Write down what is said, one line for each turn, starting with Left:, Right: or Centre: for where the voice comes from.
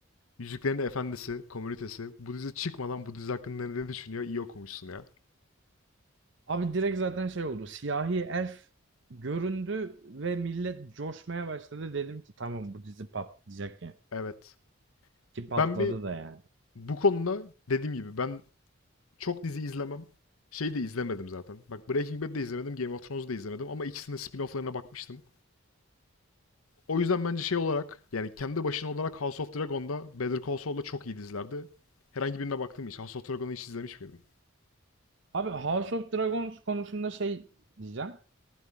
Left: Yüzüklerin Efendisi, komünitesi. Bu dizi çıkmadan bu dizi hakkında ne düşünüyor? İyi okumuşsun ya.
Right: Abi direkt zaten şey oldu. Siyahi Elf göründü ve millet coşmaya başladı. Dedim ki tamam bu dizi patlayacak yani.
Left: Evet.
Right: Ki patladı
Left: Ben bir
Right: da yani.
Left: bu konuda dediğim gibi ben çok dizi izlemem. Şey de izlemedim zaten. Bak Breaking Bad'de izlemedim, Game of Thrones'da izlemedim ama ikisinin spin-off'larına bakmıştım. O yüzden bence şey olarak yani kendi başına olarak House of Dragon'da Better Call Saul'da çok iyi dizilerdi. Herhangi birine baktın mı hiç? House of Dragon'u hiç izlemiş miydin?
Right: Abi House of Dragons konusunda şey diyeceğim.